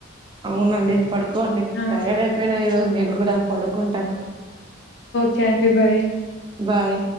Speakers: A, on the right; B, on the left.
A: అవునండి పడుకోండి
B: ఆ
A: తయర్డ్ అయిపోయిన నేను గూడా పడుకుంటా.
B: కే అండి బాయ్
A: బాయ్